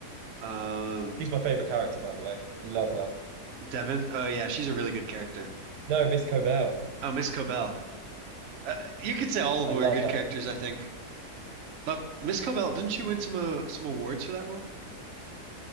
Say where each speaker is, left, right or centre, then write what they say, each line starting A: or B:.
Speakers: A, on the right (about 60°); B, on the right (about 85°).
A: Um,
B: She's my favorite character, by the way. Love her.
A: Devin. Oh yeah, she's a really good character.
B: No, Miss Cobell.
A: Oh, Miss Cobell. Uh, you could say all of
B: I
A: them
B: love
A: are good
B: her.
A: characters, I think. But Miss Cobell, didn't she win some uh, some awards for that role?